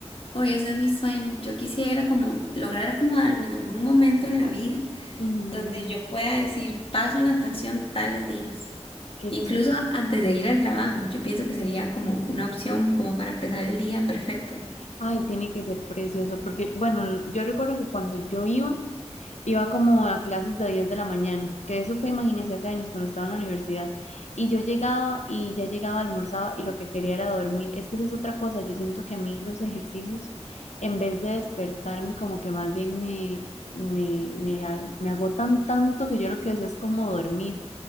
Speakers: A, on the left (about 50°); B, on the left (about 80°).
A: hoy ese es mi sueño. Yo quisiera como lograr acomodarme en algún momento en la vida
B: Ujú,
A: donde yo pueda decir, paso natación tales días.
B: Qué
A: Incluso
B: chido.
A: antes de ir al trabajo, yo pienso que sería como
B: Ujú.
A: una opción como para empezar el día perfecto.
B: Ay, tiene que ser precioso, porque, bueno, yo recuerdo que cuando yo iba, iba como a clases de 10 de la mañana, que eso fue, imagínense, hace años cuando estaba en la universidad, y yo llegaba y ya llegaba, almorzaba y lo que quería era dormir. Es que esa es otra cosa, yo siento que a mí los ejercicios, en vez de despertarme, como que más bien me, me, me, a- me agotan tanto que yo lo que deseo es como dormir.